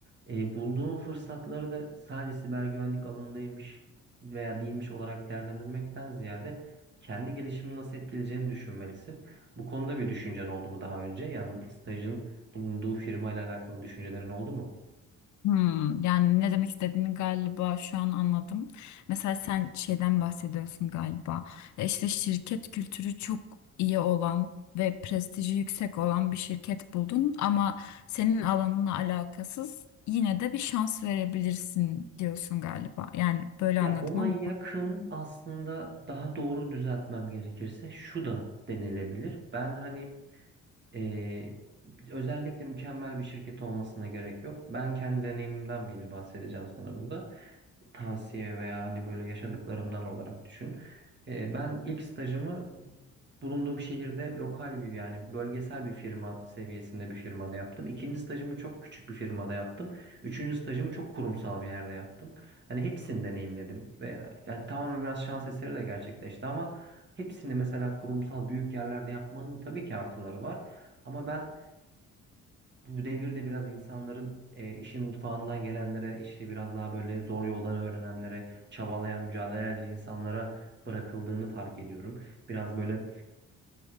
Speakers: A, on the right; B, on the left.
A: e, bulduğun fırsatları da sadece siber güvenlik alanındaymış veya değilmiş olarak değerlendirmekten ziyade kendi gelişimini nasıl etkileyeceğini düşünmelisin. Bu konuda bir düşüncen oldu mu daha önce? Yani stajın bulunduğu firma ile alakalı düşüncelerin oldu mu?
B: Hmm, yani ne demek istediğini galiba şu an anladım. Mesela sen şeyden bahsediyorsun galiba. E İşte şirket kültürü çok iyi olan ve prestiji yüksek olan bir şirket buldun ama senin alanınla alakasız yine de bir şans verebilirsin diyorsun galiba. Yani böyle
A: Ya
B: anladım
A: ona
B: ama
A: yakın aslında daha doğru düzeltmem gerekirse şu da denilebilir. Ben hani eee, özellikle mükemmel bir şirket olmasına gerek yok. Ben kendi deneyimimden yine bahsedeceğim sana burada. tavsiye veya hani böyle yaşadıklarımdan olarak düşün. Ee, ben ilk stajımı bulunduğum şehirde lokal bir yani bölgesel bir firma seviyesinde bir firmada yaptım. İkinci stajımı çok küçük bir firmada yaptım. Üçüncü stajımı çok kurumsal bir yerde yaptım. Hani hepsini deneyimledim ve yani tamamen biraz şans eseri de gerçekleşti ama hepsini mesela kurumsal büyük yerlerde yapmanın tabii ki artıları var. Ama ben bu devirde biraz insanların e, işin mutfağından gelenlere, işte biraz daha böyle zor yoldan öğrenenlere, çabalayan, mücadele eden insanlara bırakıldığını fark ediyorum. Biraz böyle